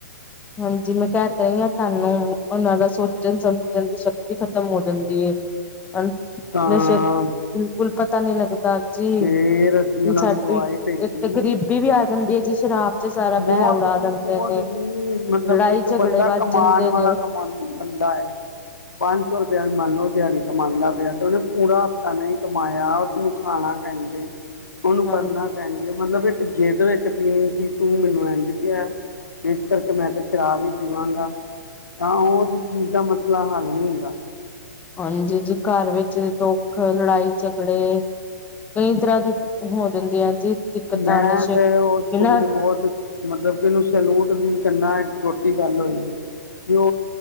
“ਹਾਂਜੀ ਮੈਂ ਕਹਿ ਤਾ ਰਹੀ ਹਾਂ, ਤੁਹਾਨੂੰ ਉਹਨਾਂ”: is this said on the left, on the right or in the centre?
Left